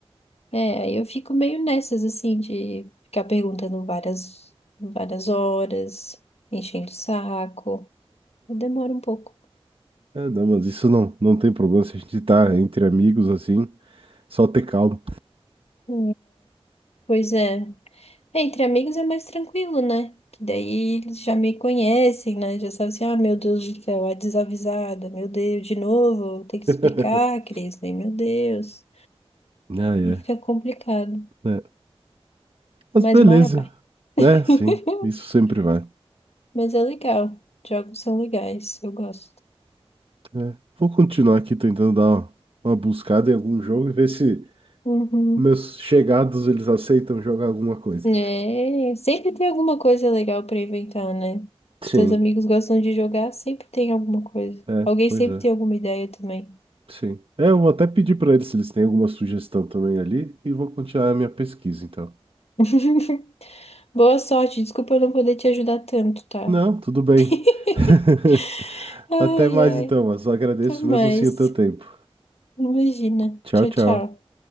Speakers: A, on the left (about 75°); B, on the right (about 60°).
A: É, aí eu fico meio nessas, assim, de ficar perguntando várias, várias horas, enchendo o saco. Demora um pouco.
B: Ah, não, mas isso não, não tem problema se a gente tá entre amigos assim, só ter calma.
A: É, Pois é. É, Entre amigos é mais tranquilo, né? Que daí eles já me conhecem, né? Já sabem assim, ah, meu Deus do céu, a desavisada, meu Deus, de novo, tem que explicar,
B: <laughs>
A: Cris, né? Meu Deus.
B: Ah, é.
A: Aí fica complicado.
B: É. Mas
A: Mas
B: beleza,
A: uma hora vai. <laughs>
B: né? Sim, isso sempre vai.
A: Mas é legal. Jogos são legais, eu gosto.
B: É. Vou continuar aqui tentando dar uma, uma buscada em algum jogo e ver se
A: Uhum.
B: meus chegados eles aceitam jogar alguma coisa.
A: É, sempre tem alguma coisa legal pra inventar, né?
B: Sim.
A: Seus amigos gostam de jogar, sempre tem alguma coisa.
B: É,
A: Alguém
B: pois
A: sempre
B: é.
A: tem alguma ideia também.
B: Sim. É, eu vou até pedir pra eles se eles têm alguma sugestão também ali e vou continuar a minha pesquisa então.
A: <laughs> Boa sorte, desculpa eu não poder te ajudar tanto, tá?
B: Não, tudo bem.
A: <laughs>
B: <laughs>
A: Ai,
B: Até mais
A: ai,
B: então, mas eu agradeço
A: até mais.
B: mesmo assim o teu tempo.
A: Imagina.
B: Tchau,
A: Tchau,
B: tchau.
A: tchau.